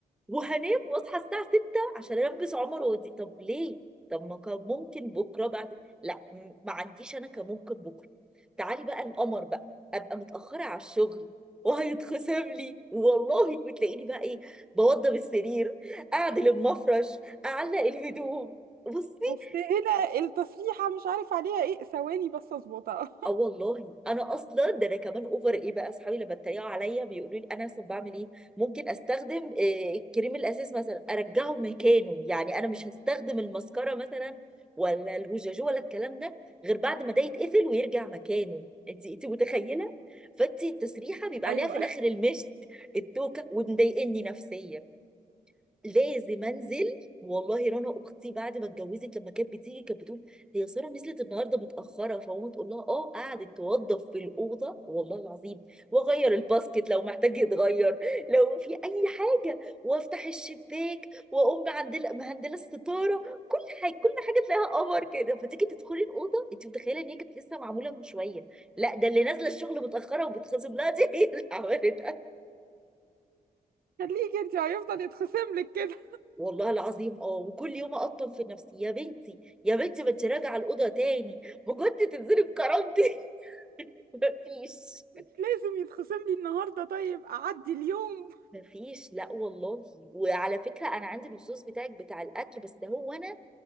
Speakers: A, in the centre; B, on the right.
A: وهنام واصحى الساعة 6 عشان البس عمر ودي طب ليه؟ طب ما كان ممكن بكرة بعد لا م- ما عنديش انا كان ممكن بكرة تعالي بقى القمر بقى ابقى متأخرة على الشغل وهيتخصم لي والله وتلاقيني بقى ايه بوضب السرير اعدل المفرش اعلق الهدوم بصي
B: بس هنا التسريحة مش عارف عليها إيه ثواني بس أظبطها
A: اه والله انا اصلا ده انا كمان اوفر ايه بقى اصحابي لما اتريقوا عليا بيقولوا لي انا اصلا بعمل ايه ممكن استخدم آه، الكريم الاساس مثلا ارجعه مكانه يعني انا مش هستخدم المسكره مثلا ولا الهجاجو ولا الكلام ده غير بعد ما ده يتقفل ويرجع مكانه انت انت متخيله فانت التسريحه بيبقى
B: <laughs> أيوه
A: عليها في الاخر المشت التوكه ومضايقني نفسيا لازم انزل والله رنا اختي بعد ما اتجوزت لما كانت بتيجي كانت بتقول هي ساره نزلت النهارده متاخره فماما تقول لها اه قعدت توضب في الاوضه والله العظيم واغير الباسكت لو محتاج يتغير لو في اي حاجه وافتح الشباك واقوم معندله مهندله الستاره كل حاجه كل حاجه تلاقيها قمر كده فتيجي تدخلي الاوضه انت متخيله ان هي كانت لسه معموله من شويه لا ده اللي نازله الشغل متاخره وبتخصم لها دي <laughs> هي اللي عملت
B: خليكي أنت هيفضل يتخصم لك كده
A: والله العظيم اه وكل يوم اقطم في نفسي يا بنتي يا بنتي ما انت راجعه الاوضه تاني بجد تنزلي بكرامتي <laughs> مفيش
B: لازم يتخصم لي النهاردة طيب أعدي اليوم
A: مفيش لا والله وعلى فكره انا عندي الوصوص بتاعك بتاع الاكل بس هو انا